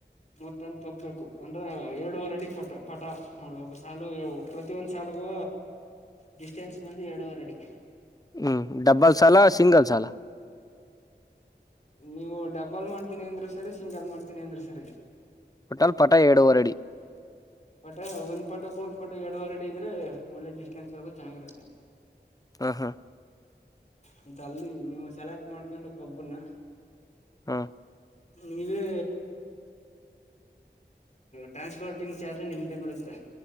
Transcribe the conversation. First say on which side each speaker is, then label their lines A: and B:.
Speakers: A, on the left; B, on the left.
A: ಮೂರು ಟನ್ ಕಬ್ಬು ಬೇಕು ಅಂದ್ರೆ ಎ ರೆಡಿ ಪ ಪಟ ಮಾಡುವ ಒಬ್ ಸಾ ಪ್ರತಿಯೊಂದು ಸಾಾಲಗೂ ಡಿಸ್ಟೆನ್ಸ್ ಬಂದು ಎರಡವರಡಿ
B: ಹ್ಮ್ ಡಬ್ಬಲ್ ಸಾಲ ಸಿಂಗಲ್ ಸಾಲ
A: ನೀವು ಡಬಲ್ ಮಾಡ್ತೀನಿ ಅಂದ್ರೂ ಸರಿ ಸಿಂಗಲ್ ಮಾಡ್ತೀನಿ ಅಂದ್ರರು ಸರಿ
B: ಓಟಲ್ಲಿ ಪಟ ಎಡುವರಡಿ
A: ಪಟ ಒಂದ್ ಪಟಕ್ ಒಂದ್ ಪಟ ಎರಡುವರ್ಡಿ ಇದ್ರೆ ಒಳ್ಳೆ ಡಿಸ್ಟೆನ್ಸ್ ಹ ಚೆನ್ನಾಗಿರುತ್ತೆ
B: ಹಾ ಹಾ
A: ಆಯ್ತ ಅಲ್ಲಿ ನೀವು ಸೆಲೆಕ್ಟ್ ಮಾಡ್ಕೊಂಡು ಕಬ್ಬನ
B: ಹಾ
A: ನೀವೇ ಟ್ರಾನ್ಸ್ಪೋರ್ಟಿಂಗ್ ವಿಚಾರೆ ನಿಮ್ದೇ ಬೀಳುತ್ತೆ